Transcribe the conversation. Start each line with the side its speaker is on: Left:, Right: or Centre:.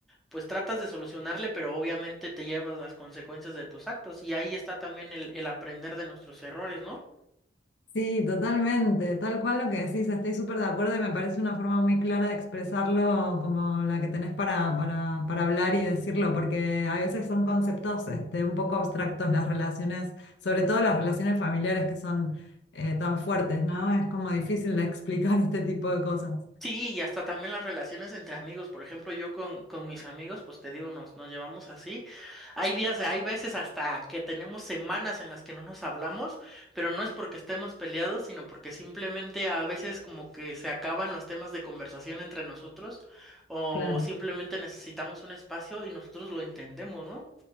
Centre: pues tratas de solucionarle, pero obviamente te llevas las consecuencias de tus actos y ahí está también el, el aprender de nuestros errores, ¿no?
Left: Sí, totalmente, tal cual lo que decís, estoy súper de acuerdo y me parece una forma muy clara de expresarlo como la que tenés para, para, para hablar y decirlo, porque a veces son conceptos este, un poco abstractos las relaciones, sobre todo las relaciones familiares que son eh, tan fuertes, ¿no? Es como difícil de <laughs> explicar este tipo de cosas.
Centre: Sí, y hasta también las relaciones entre amigos. Por ejemplo, yo con, con mis amigos, pues te digo, nos, nos llevamos así. Hay días, hay veces hasta que tenemos semanas en las que no nos hablamos, pero no es porque estemos peleados, sino porque simplemente a veces como que se acaban los temas de conversación entre nosotros o
Left: Claro,
Centre: simplemente necesitamos un espacio y nosotros lo entendemos, ¿no?